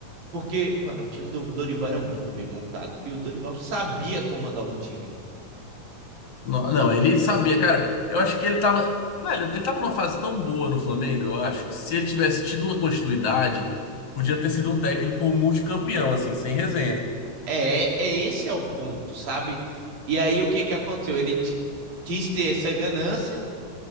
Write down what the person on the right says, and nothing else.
Porque, mano, o time do Dorival era muito bem montado e o Dorival sabia comandar um time.
É, é esse é o ponto, sabe? E aí o que que aconteceu? Ele t- quis ter essa ganância,